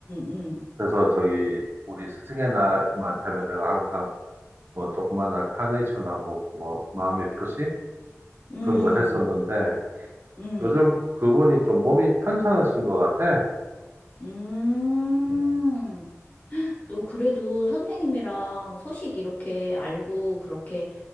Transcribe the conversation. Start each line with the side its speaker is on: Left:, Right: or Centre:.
Left: 음,
Right: 그래서 저기, 우리 스승의 날만 되면 내가 항상 뭐 조그마한 카네이션하고 뭐 마음의 표시?
Left: 음,
Right: 그런 거 했었는데,
Left: 음,
Right: 요즘
Left: 음,
Right: 그분이 좀 몸이 편찮으신 것 같아.
Left: 음.
Right: 음.
Left: 너 그래도 선생님이랑 소식 이렇게 알고 그렇게